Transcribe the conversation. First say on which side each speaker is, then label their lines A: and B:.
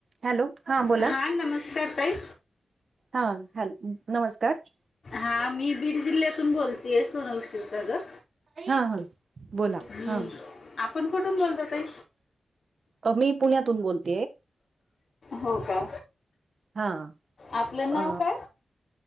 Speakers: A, on the right; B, on the left.
A: Hello हां बोला.
B: हा नमस्कार ताई
A: हा हॅल नमस्कारं.
B: हां मी बीड जिल्ह्यातून बोलते सोनल क्षीरसागर.
A: हा हा बोला
B: हम्म,
A: हा.
B: आपण कुठून बोलता ताई
A: अ मी पुण्यातून बोलत
B: हो का?
A: हा.
B: आपलं नाव
A: अ
B: काय